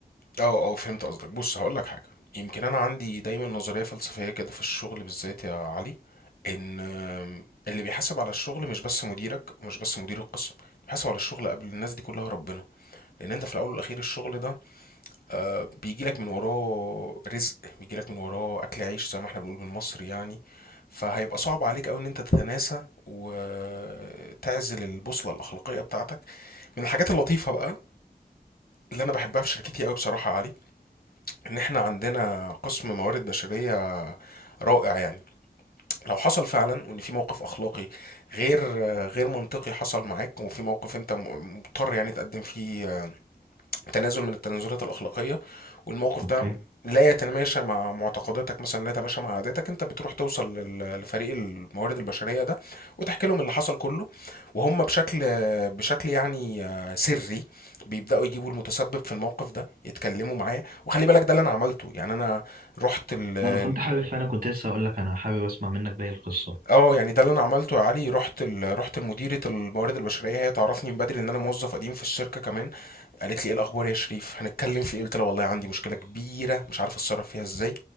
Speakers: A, on the left; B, on the right.
A: اه اه فهمت قصدك بص هقولك حاجة يمكن انا عندي دايما نظرية فلسفية كده في الشغل بالذات يا علي ان آم، اللي بيحاسب على الشغل مش بس مديرك ومش بس مدير القسم اللي بيحاسب على الشغل قبل الناس دي كلها ربنا لان انت في الاول والاخير الشغل ده آه، بيجيلك من وراه رزق بيجيلك من وراه اكل عيش زي ما احنا بنقول بالمصري يعني فهيبقى صعب عليك قوي ان انت تتناسى وتعزل البوصلة الاخلاقية بتاعتك من الحاجات اللطيفة بقى اللي انا بحبها في شركتي قوي بصراحة يا علي ان احنا عندنا قسم موارد بشرية رائع يعني لو حصل فعلا وان في موقف اخلاقي غير غير منطقي حصل معاك وفي موقف انت م- مضطر يعني تقدم فيه تنازل من التنازلات الاخلاقيه والموقف
B: أوكي
A: ده لا يتماشى مع معتقداتك مثلا لا يتماشى مع عاداتك انت بتروح توصل لل- لفريق الموارد البشريه ده وتحكي لهم اللي حصل كله وهم بشكل بشكل يعني آه، سري بيبداوا يجيبوا المتسبب في الموقف ده يتكلموا معاه وخلي بالك ده اللي انا عملته يعني انا رحت ال-
B: انا كنت حابب فعلا كنت لسه اقول لك انا حابب اسمع منك باقي القصه
A: اه يعني ده اللي انا عملته يا علي رحت ال... رحت لمديره الموارد البشريه هي تعرفني من بدري ان انا موظف قديم في الشركه كمان قالت لي ايه الاخبار يا شريف هنتكلم في ايه قلت لها والله عندي مشكله كبيره مش عارف اتصرف فيها ازاي